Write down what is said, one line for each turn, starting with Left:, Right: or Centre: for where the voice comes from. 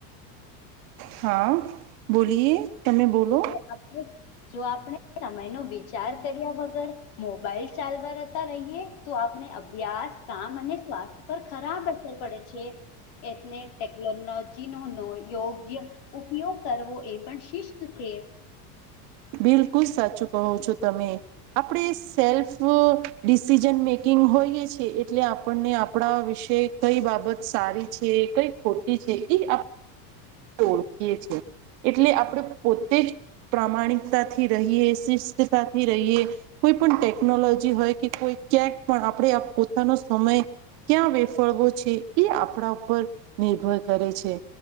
Right: હા બોલીએ તમે બોલો
Left: જો આપણે જો આપણે સમય નો વિચાર કર્યા વગર મોબાઈલ ચાલવાતા રહીએ તો આપણે અભ્યાસ કામ અને સ્વાસ્થ્ય પર ખરાબ અસર પડે છે. એને ટેકનોલોજી નો યોગ્ય ઉપયોગ કરવો એ પણ શિષ્ ત છે
Right: બિલકુલ સાચું કહો છો તમે. આપણે સેલ્ફ ડિસિઝન મેકિંગ હોઈએ છે એટલે આપણને આપણા વિશે કઈ બાબત સારી છે કઈ ખોટી છે એ આપ ઓળખીએ છીએ એટલે આપણે પોતે જ પ્રામાણિકતાથી રહીએ શિષ્ટતાથી રહીએ કોઈ પણ ટેકનોલોજી હોય કે કોઈ ક્યાંક પણ આપણે આ પોતાનો સમય ક્યાં વેફળવો છે, એ આપણા ઉપર નિર્ભર કરે છે.